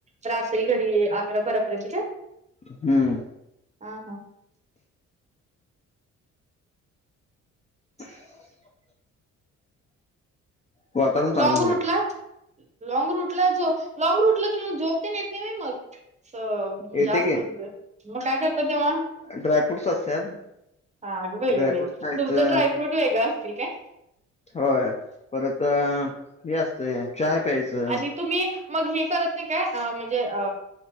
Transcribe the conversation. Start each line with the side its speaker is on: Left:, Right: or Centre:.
Right: रात्री घरी अकरा बारा पर्यंत का
Left: हम्म
Right: हा हा,
Left: <unintelligible> वातावरण चांगलं
Right: लॉग
Left: झालंय.
Right: रूट ला लॉंग रूट ला जो लॉग रूट ला तुमला झोप तेन येत नाही मग स
Left: येते
Right: जास्तच मग काय करता तेव्हा
Left: डाय फ्रूट्स असत्यात,
Right: हा अगं बाई
Left: ड्रायफ्रूट
Right: बाई
Left: खायचं
Right: तुमचं ड्रायफ्रूट वेगळं असतील काय,
Left: होय परत हे असतय चहा प्यायचं
Right: आणि तुम्ही मग हे करत नाही काय म्हणजे अ